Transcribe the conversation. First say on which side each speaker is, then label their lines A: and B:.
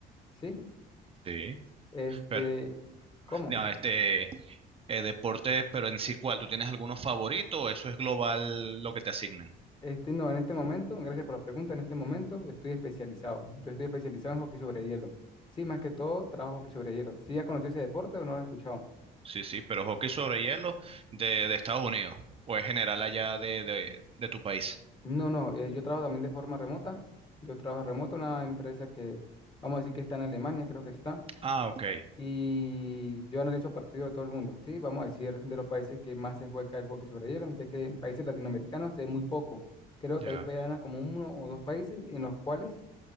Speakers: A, on the left; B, on the right.
A: Sí,
B: sí.
A: este,
B: Pero,
A: ¿cómo?
B: no, este, eh, deporte, pero en sí, ¿cuál? ¿Tú tienes alguno favorito o eso es global lo que te asignan?
A: Este, no, en este momento, gracias por la pregunta, en este momento estoy especializado. Yo estoy especializado en hockey sobre hielo. Sí, más que todo, trabajo hockey sobre hielo. ¿Sí has conocido ese deporte o no lo has escuchado?
B: Sí, sí, pero hockey sobre hielo de, de Estados Unidos o es general allá de, de, de tu país.
A: No, no, eh, yo trabajo también de forma remota. Yo trabajo remoto, una empresa que vamos a decir que está en Alemania, creo que está.
B: Ah, ok,
A: Y yo analizo partidos de todo el mundo, ¿sí? Vamos a decir de los países que más se juega el hockey sobre hielo, ya que en países latinoamericanos es muy poco. Creo
B: ya.
A: que hay apenas como uno o dos países en los cuales